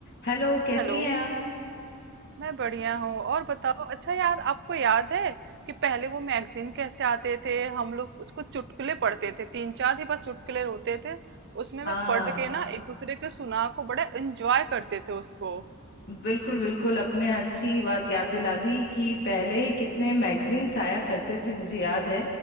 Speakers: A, on the left (about 50°); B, on the right (about 50°).
A: Hello कैसी
B: हेलो
A: हैं आप
B: मैं बढ़िया हूँ और बताओ अच्छा यार आपको याद है कि पहले वो मैगजीन कैसे आते थे हम लोग उसको चुटकुले पढ़ते थे तीन चार ही बस चुटकुले होते थे उसमें
A: हाँ
B: मैं पढ़ के ना एक दूसरे के सुना को बड़ा एंजॉय करते थे उसको
A: बिल्कुल बिल्कुल अपने अच्छी बात याद दिला दी कि पहले कितने मैगजीन्स आया करते थे मुझे याद है